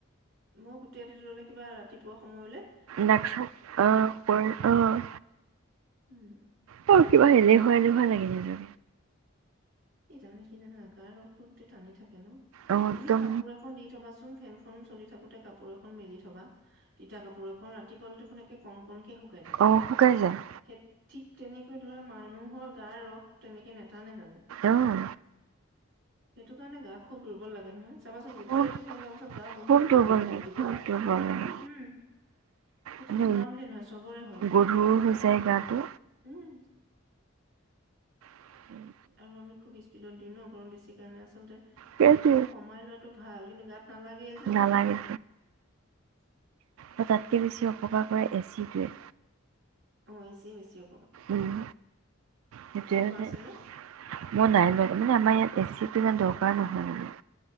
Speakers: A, on the right; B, on the right.
A: মই গোটেই ৰাতিটো ললে কিবা ৰাতিপুৱা সময়লৈ
B: নাখায় অ আহ
A: উম
B: অ কিবা এলেহুৱা এলেহুৱা লাগে নিজকে
A: এতিয়া মানে কি জানা গাৰ ৰসটো গোটেই টানি থাকে
B: অঁ একদম
A: তুমি কাপোৰ এখন দি থবাচোন ফেনখন চলি থাকোতে কাপোৰ এখন মেলি থ'বা তিতা কাপোৰ এখন ৰাতি টিপল দেখোন একে কণকণকে সু শুকাই থাকে,
B: অঁ শুকাই যায়
A: সে ঠিক তেনেকে ধৰা, মানুহৰ গাৰ ৰস তেনেকে নেটানে জানো?
B: অহ,
A: সেইটো কাৰণে গা খুব দুৰ্বল লাগে নহয়, চাবাচোন গোটেই
B: খুব
A: ৰাতি ফেন লবাচোন গা বহুত
B: খুব
A: দুৰ্বল লাগে, ৰাতিপুৱা
B: খুব দুৰ্বল লাগে
A: উম- উম, সেইটো
B: মানে
A: তোমাৰ বুলি নহয়, চবৰে হয় কিন্তু,
B: গধুৰ হৈ যায় গাটো
A: উম
B: <inaudible>
A: আৰু আমি খুব স্পীডত দিওঁ ন, গৰম বেছি কাৰণে আচলতে
B: সেইটোৱে
A: অলপ কমাই লোৱাটো ভাল। কিন্তু গাত নালাগেই যে
B: নালাগে তাতকে বেছি অপকাৰ কৰে এচিটোৱে।
A: হৈছেই বেছিও
B: উম, সেইটোৱে
A: তোমালোকৰ
B: যে,
A: আছে নে?
B: মই নাই লোৱা মানে আমাৰ ইয়াত এচিটো ইমান দৰকাৰ নহয় মানে